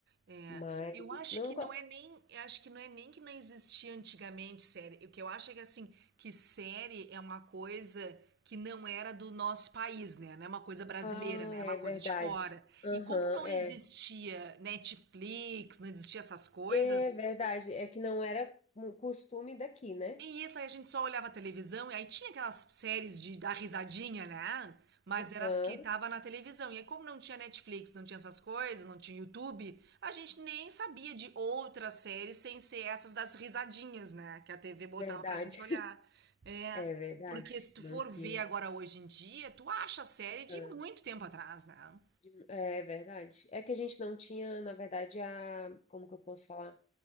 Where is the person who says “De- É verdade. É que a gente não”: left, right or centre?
Left